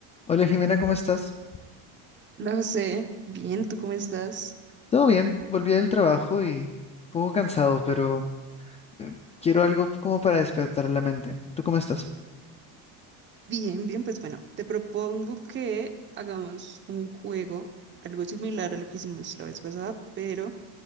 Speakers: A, on the left; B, on the right.
A: Hola Jimena, ¿cómo estás?
B: Hola José, bien, ¿tú cómo estás?
A: Todo bien, volví del trabajo y un poco cansado, pero eh, quiero algo como para despertar la mente. ¿Tú cómo estás?
B: Bien, bien, pues bueno, te propongo que hagamos un juego, algo similar a lo que hicimos la vez pasada, pero